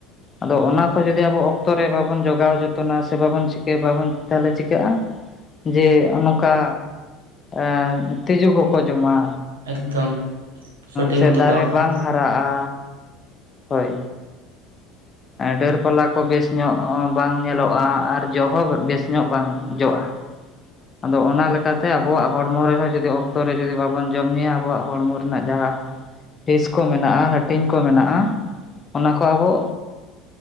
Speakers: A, on the left (about 30°); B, on the right (about 85°).
A: ᱟᱫᱚ ᱚᱱᱟ ᱠᱚ ᱡᱩᱚᱫᱤ ᱟᱵᱚ ᱚᱠᱛᱚ ᱨᱮ ᱵᱟᱵᱚᱱ ᱡᱚᱜᱟᱣ ᱡᱚᱛᱚᱱᱟ ᱥᱮ ᱵᱟᱵᱚᱱ ᱪᱤᱠᱟᱹ ᱵᱟᱵᱚᱱ ᱛᱟᱦᱚᱞᱮ ᱪᱤᱠᱟᱹᱜᱼᱟ ᱡᱮ ᱱᱚᱝᱠᱟ ᱮ ᱛᱤᱡᱩ ᱠᱚᱠᱚ ᱡᱚᱢᱟ
B: ᱮᱠᱫᱚᱢ ᱥᱚᱴᱷᱤᱠ
A: ᱥᱮ
B: ᱢᱚᱛᱚ
A: ᱫᱟᱨᱮ
B: ᱦᱩᱭᱩᱜ᱾
A: ᱵᱟᱝ ᱦᱟᱨᱟᱜᱼᱟ ᱦᱳᱭ ᱰᱟᱹᱨ ᱯᱟᱞᱟ ᱠᱚ ᱵᱮᱥ ᱧᱚᱜ ᱵᱟᱝ ᱧᱮᱞᱚᱜᱼᱟ ᱟᱨ ᱡᱚᱜ ᱦᱚᱸ ᱵᱮᱥ ᱧᱚᱜ ᱵᱟᱝ ᱡᱚᱜᱼᱟ, ᱟᱫᱚ ᱚᱱᱟ ᱞᱮᱠᱟᱛᱮ ᱟᱵᱚᱣᱟᱜ ᱦᱚᱲᱢᱚ ᱨᱮᱦᱚᱸ ᱡᱩᱫᱤ ᱚᱠᱛᱚ ᱨᱮ ᱡᱩᱫᱤ ᱵᱟᱵᱚᱱ ᱡᱚᱢ ᱧᱩᱭᱟ ᱟᱵᱚᱣᱟᱜ ᱦᱚᱲᱢᱚ ᱨᱮᱱᱟᱜ ᱡᱟᱦᱟᱸ ᱦᱤᱸᱥ ᱠᱚ ᱢᱮᱱᱟᱜᱼᱟ ᱦᱟᱹᱴᱤᱧ ᱠᱚ ᱢᱮᱱᱟᱜᱼᱟ ᱚᱱᱟ ᱠᱚ ᱟᱵᱚ